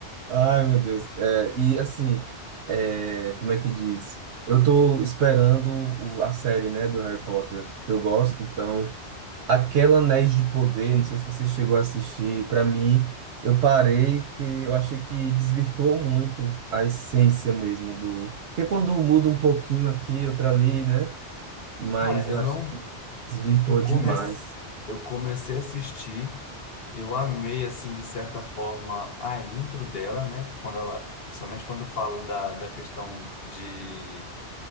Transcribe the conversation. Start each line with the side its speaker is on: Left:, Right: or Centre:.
Right: Ai, meu Deus. É, e assim, é, como é que diz? Eu tô esperando o- a série, né, do Harry Potter, que eu gosto, então, aquela Anéis de Poder, não sei se você chegou a assistir, pra mim, eu parei que eu achei que desvirtuou muito a essência mesmo do... Porque quando muda um pouquinho aqui, outra ali, né, mas
Left: Cara,
Right: acho
Left: eu não.
Right: que desvirtuou
Left: Eu
Right: demais.
Left: comecei, eu comecei a assistir, eu amei, assim, de certa forma, a intro dela, né? Quando ela, principalmente quando fala da, da questão de,